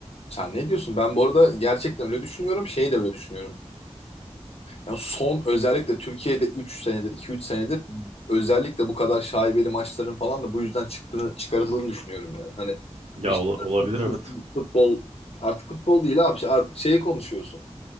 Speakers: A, on the left (about 60°); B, on the right (about 70°).
A: Sen ne diyorsun? Ben bu arada gerçekten öyle düşünüyorum. Şeyi de öyle düşünüyorum. Yani son özellikle Türkiye'de üç senedir, iki üç senedir özellikle bu kadar şaibeli maçların falan da bu yüzden çıktığını, çıkarıldığını düşünüyorum yani. Hani
B: Ya
A: bir şeyler
B: ola- olabilir
A: konuşulsun,
B: evet.
A: futbol artık futbol değil abi. işte Artık şeyi konuşuyorsun.